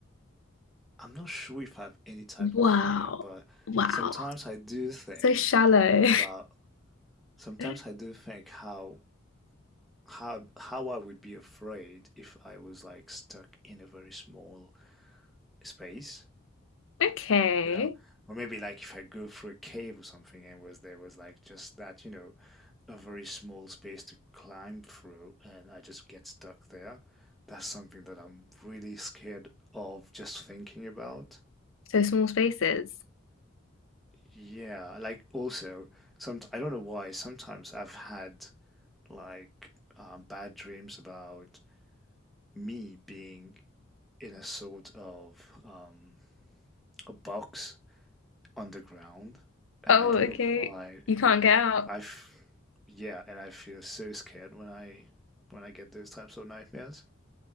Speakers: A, in the centre; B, on the left.
A: I'm not sure if I have any type
B: Wow.
A: of fear, but
B: Wow.
A: sometimes I do think
B: So shallow.
A: about, sometimes
B: <laughs>
A: I do think how how how I would be afraid if I was like stuck in a very small space.
B: Okay.
A: you know? Or maybe like if I go through a cave or something and was there was like just that, you know, a very small space to climb through and I just get stuck there. That's something that I'm really scared of just thinking about.
B: So small spaces.
A: Yeah, like also some I don't know why sometimes I've had like um, bad dreams about me being in a sort of um, a box underground, and
B: Oh,
A: I don't
B: okay.
A: know why.
B: You can't get out.
A: I, f- yeah, and I feel so scared when I when I get those types of nightmares.